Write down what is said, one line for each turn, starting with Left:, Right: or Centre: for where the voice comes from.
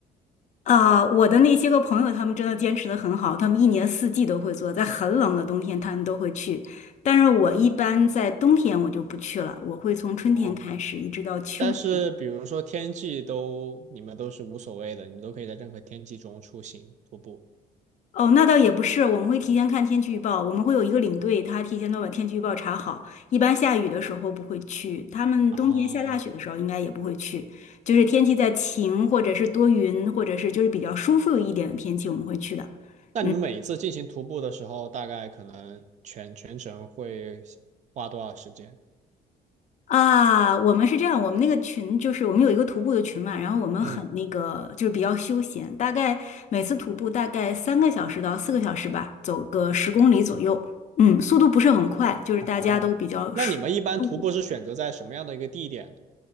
Left: 啊、我的那些个朋友，他们真的坚持的很好，他们一年四季都会做，在很冷的冬天他们都会去，但是我一般在冬天我就不去了，我会从春天开始一直到秋天。
Right: 哦，但是比如说天气都，你们都是无所谓的，你们都可以在任何天气中出行徒步
Left: 哦，那倒也不是，我们会提前看天气预报，我们会有一个领队，他提前都把天气预报查好。一般下雨的时候不会去，他们冬天下大雪的时候应该也不会去，
Right: 啊。
Left: 就是天气在晴或者是多云，或者是就是比较舒服一点的天气我们会去的。
Right: 那你们每一次进行徒步的时候，
Left: 嗯。
Right: 大概可能全全程会花多少时间？
Left: 啊，我们是这样，我们那个群就是我们有一个徒步的群嘛，然后我们很那个就是比较休闲，
Right: 嗯，
Left: 大概每次徒步大概三个小时到四个小时吧，走个十公里左右，嗯，速度不是很快，就是大家都比较舒舒服
Right: 哦，那你们一般徒步是选择在什么样的一个地点